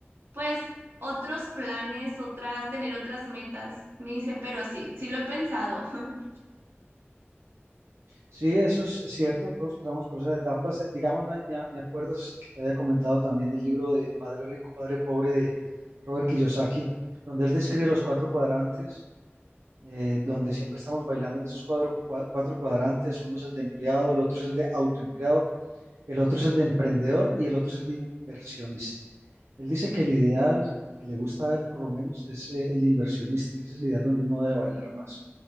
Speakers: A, on the right; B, on the right.
A: pues, otros planes, otras, tener otras metas. Me dice, pero sí, sí lo he pensado. <laughs>
B: Sí, eso es cierto, todos pasamos por esas etapas. Eh, Digamos, me, me- me acuerdas que te había comentado también del libro de Padre Rico, Padre Pobre de Robert Kiyosaki, donde él describe los cuatro cuadrantes, eh, donde siempre estamos bailando en esos cuadro- cua- cuatro cuadrantes. Uno es el de empleado, el otro es el de autoempleado, el otro es el de emprendedor y el otro es el de inversionista. Él dice que el ideal, el que le gusta a él por lo menos, es eh, el de inversionista, que ese es el ideal donde uno debe bailar más.